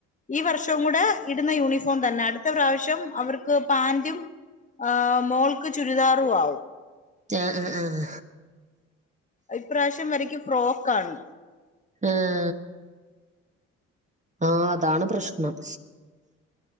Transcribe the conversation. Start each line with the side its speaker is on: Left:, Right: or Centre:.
Left: ഈ വർഷവും കൂടെ ഇടുന്ന യൂണിഫോം തന്നെ അടുത്ത പ്രാവശ്യം അവർക്ക് പാന്റും ആഹ് മോൾക്ക് ചുരിദാറു ആവും
Right: ആഹ് ആഹ് ആഹ്
Left: ഇപ്രാവശ്യം വരയ്ക്ക് ഫ്രോക്കാണ്
Right: ആഹ് ആഹ് അതാണ് പ്രശ്നം